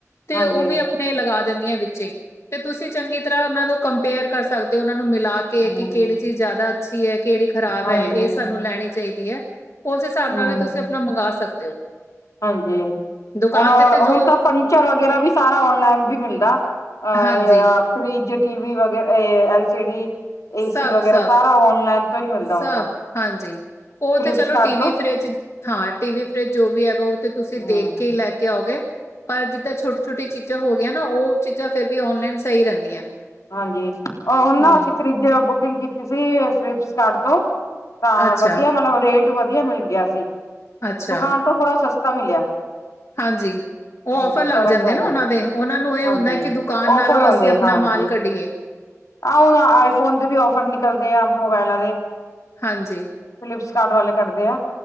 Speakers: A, on the left; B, on the left.
A: ਤੇ
B: ਹਾਂਜੀ-ਹਾਂਜੀ,
A: ਉਹ ਵੀ ਆਪਣੇ ਲਗਾ ਦਿੰਦੀਆਂ ਨੇ ਵਿੱਚੇ। ਤੇ ਤੁਸੀਂ ਚੰਗੀ ਤਰ੍ਹਾਂ ਉਹਨਾਂ ਤੋਂ ਕੰਪੇਅਰ ਕਰ ਸਕਦੇ ਹੋ ਉਹਨਾਂ ਨੂੰ ਮਿਲਾ ਕੇ
B: ਹੂੰ,
A: ਕਿ ਕਿਹੜੀ ਚੀਜ਼ ਜ਼ਿਆਦਾ। ਅੱਛੀ ਹੈ ਕਿਹੜੀ ਖ਼ਰਾਬ
B: ਹਾਂਜੀ।
A: ਹੈ ਇਹ
B: ਹੂੰ,
A: ਸਾਨੂੰ ਲੈਣੀ ਚਾਹੀਦੀ ਹੈ। ਉਸ ਹਿਸਾਬ
B: ਹੂੰ,
A: ਨਾਲ ਵੀ ਤੁਸੀਂ ਆਪਣਾ ਮੰਗਵਾ ਸਕਦੇ ਹੋ?
B: ਹਾਂਜੀ
A: ਦੁਕਾਨ
B: ਹੁਣ
A: ਤੇ ਤੇ
B: ਹੁਣ
A: ਜੋ
B: ਤਾਂ ਫਰਨੀਚਰ ਵਗੈਰਾ ਵੀ ਸਾਰਾ ਆਨਲਾਈਨ ਵੀ ਮਿਲਦਾ। ਅ
A: ਹਾਂਜੀ
B: ਯ ਫ੍ਰਿਜ, ਟੀਵੀ ਵੈਰਾ ਐਲ ਸੀ ਡੀ
A: ਸਭ
B: ਏਸੀ ਵਗੈਰਾ
A: ਸਭ
B: ਸਾਰਾ ਓਨਲਾਈਨ ਤੋਂ ਹੀ ਮਿਲਦਾ
A: ਸਭ
B: ਹੁਣ ਤਾਂ।
A: ਹਾਂਜੀ ਉਹ
B: ਫਲਿਪਸਕਾਰਟ
A: ਤੇ ਚਲੋ ਟੀਵੀ,
B: ਤੋਂ
A: ਫਰਿਜ ਹਾਂ। ਟੀਵੀ, ਫਰਿਜ ਜੋ ਵੀ ਹੈਗਾ ਉਹ ਤੇ ਤੁਸੀਂ
B: ਹਮ
A: ਦੇਖ ਕੇ ਲੈ ਕੇ ਆਓਗੇ ਪਰ ਜਿੱਦਾਂ ਛੋਟੀ-ਛੋਟੀ ਚੀਜ਼ਾਂ ਹੋ ਗਈਆਂ ਨਾ ਉਹ ਚੀਜ਼ਾਂ ਫਿਰ ਵੀ ਓਨਲਾਈਨ ਸਹੀ ਰਹਿੰਦੀਆਂ।
B: ਹਾਂਜੀ, ਹੁਣ
A: ਹੂੰ
B: ਨਾ ਅਸੀਂ ਤਾਰੀਕ ਦੀ ਬੁਕਿੰਗ ਕੀਤੀ ਸੀ, ਫਲਿਪਟਸ ਸਟਾਰ ਤੋਂ ਤਾਂ
A: ਅੱਛਾ
B: ਵਧੀਆ, ਮਤਲਬ ਰੇਟ ਵਧੀਆ ਮਿਲ ਗਿਆ ਸੀ,
A: ਅੱਛਾ
B: ਦੁਕਾਨ ਤੋਂ ਥੋੜ੍ਹਾ ਸਸਤਾ ਮਿਲਿਆ।
A: ਹਾਂਜੀ।
B: ਹਾਂਜੀ
A: ਔਫਰ, ਲੱਗ
B: ਫ਼ਰਕ
A: ਜਾਂਦੇ
B: ਪੈ
A: ਨੇ ਉਹਨਾਂ
B: ਗਿਆ
A: ਦੇ, ਉਹਨਾਂ ਨੂੰ ਇਹ
B: ਹਾਂਜੀ
A: ਹੁੰਦਾ ਕਿ, ਦੁਕਾਨ
B: ਔਫਰ
A: -ਨਾਲੋਂ
B: ਆਉਂਦੇ
A: ਅਸੀਂ, ਆਪਣਾ
B: ਹਾਂਜੀ
A: ਮਾਲ ਸਸਤਾ, ਕੱਢੀਏ।
B: ਆਹ ਹੁਣ, ਆਈਫੋਨ ਤੇ ਵੀ ਔਫਰ ਨਿਕਲਦੇ ਆ, ਮੋਬਾਇਲਾਂ ਦੇ।
A: ਹਾਂਜੀ,
B: ਫਲਿਪਸ ਕਾਰਟ, ਵਾਲੇ ਕਰਦੇ ਆ।